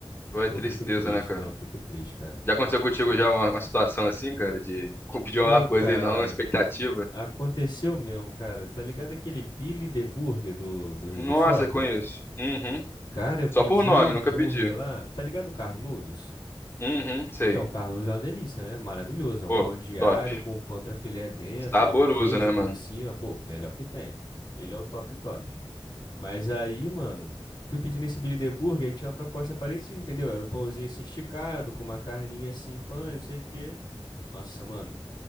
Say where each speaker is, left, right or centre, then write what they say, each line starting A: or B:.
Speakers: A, on the left; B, on the left.
A: Foi
B: eu
A: tristeza,
B: fico triste,
A: né, cara?
B: não, eu fico triste, cara.
A: Já aconteceu contigo já uma, uma situação assim, cara, de pedir
B: Pô,
A: uma coisa
B: cara,
A: e não uma expectativa?
B: aconteceu mesmo, cara. Tá ligado aquele Billy the Burger do, do,
A: Nossa,
B: do shopping?
A: conheço. Uhum.
B: Cara, eu pedi
A: Só por nome,
B: um hambúrguer
A: nunca pedi.
B: lá, tá ligado o Carnudos?
A: Uhum, sei.
B: Então, o Carlos é uma delícia, né? Maravilhoso. É
A: Pô,
B: um pão de alho
A: top.
B: com contrafilé dentro
A: Saboroso,
B: e o queijo
A: né,
B: por
A: mano?
B: cima. Pô, melhor que tem. Ele é o top top. Mas aí, mano, fui pedindo esse Billy the Burger, aí tinha uma proposta parecida, entendeu? Era um pãozinho assim esticado, com uma carninha assim, pã, não sei o quê. Nossa, mano,